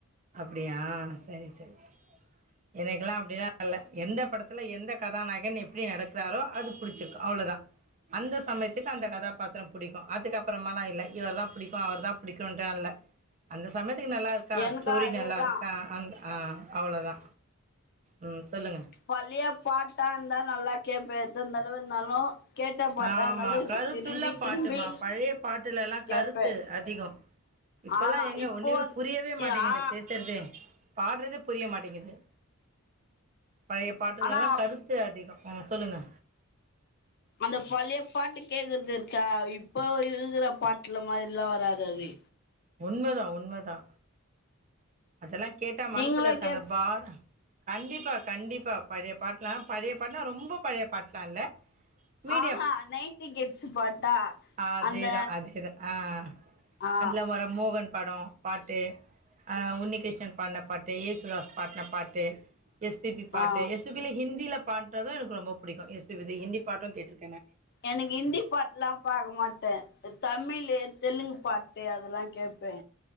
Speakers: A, on the right; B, on the left.
A: அப்டியா செரி செரி எனக்கெல்லா அப்படிலா இல்ல எந்த படத்துல எந்த கதாநாயகன் எப்படி நடக்கிறாரோ அது புடிச்சிருக்கு அவ்ளோதா அந்த சமயத்துக்கு அந்த கதாபாத்திரோ பிடிக்கோ அதுக்கப்புறமா ந இ இவர தா பிடிக்கோ அவர தா புடிகன்டுன்லா இல்ல அந்த சமயத்து நல்லா இருக்கா
B: எனக்கு
A: ஸ்டோரி
B: அதேதா
A: நல்லா இருக்கா அந் ஆ அவ்ளோதா உ சொல்லுங்க
B: பழைய பாட்டா இருந்தா நல்லா கேப்பே எத்தன தடவா இருந்தாலு கேட்ட பாட்டா
A: ஆமா
B: இருந்தாலு
A: கருத்துள்ள
B: திரும்பி
A: பாட்டுமா
B: திரும்பி
A: பழைய பாட்டுலெல்லா
B: கேப்பே
A: கருத்து அதிகோ இப்பல்லா
B: ஆ
A: எங்க
B: இப்போ
A: ஒண்ணுமே
B: வந்
A: புரியவே மாட்டேங்குது
B: ஆ
A: பேசுறதே பாடுறதே புரிய மாட்டேங்கிது பழைய பாட்டுலெல்லா
B: ஆனா
A: கருத்து அதிகோ ஆ சொல்லுங்க
B: அந்த பழைய பாட்டு கேக்குறது இருக்கா இப்போ இருகுற பாட்டுல மாதிரிலா வராது அது
A: உண்மைதா உண்மைதா அதெல்லா கேட்டா மனசு
B: நீங்களு
A: இருக்க
B: கேப்
A: அந்த பாரோ கண்டிப்பா கண்டிப்பா பழைய பாட்லா பழைய பாட்டுலா ரொம்ப பழைய பாட்டுலா இல்ல மீடியம்.
B: ஆஹா நைட்டு கெட்ச்சு பாட்டா
A: அதேதா
B: அந்த
A: அதேதா ஆ
B: ஆ
A: அந்தல வர மோகன் படோ பாட்டு ஆ உன்னிகிருஷ்ணன் பாடின பாட்டு இயேசுதாஸ் பாடுன பாட்டு எஸ் பி பி பாட்டு
B: ஆ
A: எஸ் பி பில ஹிந்தில பண்றது எனக்கு ரொம்ப புடிக்கு எஸ் பி பி து ஹிந்தி பாட்டு கேட்டுறுக்கே
B: எனக்கு ஹிந்தி பாட்டெல்லா பாக்க மாட்டே ன் தமிழ் தெலுங்கு பாட்டு அதெல்லா கேப்பே